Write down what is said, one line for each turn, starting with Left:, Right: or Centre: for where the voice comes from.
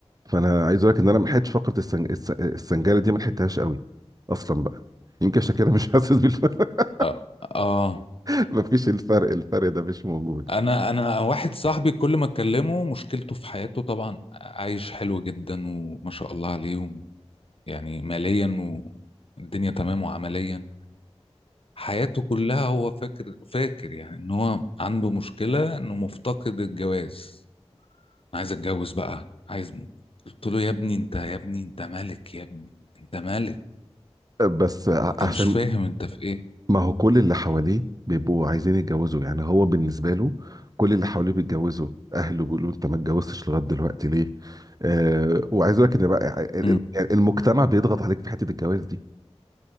Right: فانا عايز اقول لك ان انا ما لحقتش فقرة السنج... الس- السنجارة دي ما لحقتهاش قوي اصلا بقى يمكن عشان كده مش حاسس بالفرق
Left: اه آه.
Right: <laughs> مفيش الفرق الفرق ده مش موجود
Left: انا انا واحد صاحبي كل ما اكلمه مشكلته في حياته طبعا عايش حلو جدا وما شاء الله عليهم يعني ماليا والدنيا تمام وعمليا حياته كلها هو فاكر فاكر يعني ان هو عنده مشكلة انه مفتقد الجواز عايز اتجوز بقى عايز قلت له يا ابني انت يا ابني انت ملك يا ابني انت ملك
Right: بس ع-
Left: انت
Right: عشان
Left: مش فاهم انت في ايه
Right: ما هو كل اللي حواليه بيبقوا عايزين يتجوزوا يعني هو بالنسبة له كل اللي حواليه بيتجوزوا أهله بيقولوا أنت ما اتجوزتش لغاية دلوقتي ليه؟ آه وعايز أقول لك إن بقى ال-
Left: مم.
Right: ال- يعني المجتمع بيضغط عليك في حتة الجواز دي